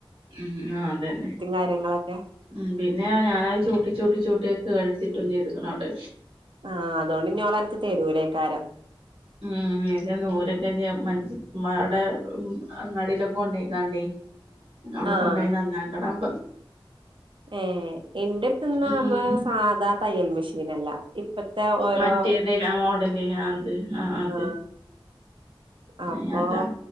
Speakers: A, on the right; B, on the right.
A: ഉം ആ അതന്നെ
B: കാര്യങ്ങളൊക്കെ
A: ഉ പിന്നെ ഞാനത് ചൂട്ടി ചൂട്ടി ചൂട്ടി കേടെട്സിട്ടും ഇനിഎടുക്കണൗടെ
B: ആഹ് അതോണ്ട് ഇഞ്ഞോളനക്ക് തരൂലേക്കാരം
A: ഉം എ നൂലൊക്കെ മഞ് മ്മാടെ ഉം അങ്ങാടിയിലൊക്കെ കൊണ്ടോയ്ക്കാണ്ടേ അവിടെ
B: ആഹ്
A: കൊണ്ടോയി നന്നാക്കണം
B: ഏ എൻ്റെട്ത്ത്ന്ന
A: ഉം
B: നമ്മള് സാധാ തയ്യൽ മെഷീനല്ല ഇപ്പത്തെ ഓരോ
A: മറ്റേത മോഡല് ആ അത് ആഹ് അത്
B: ആ അപ്പൊ
A: ഏ അതാ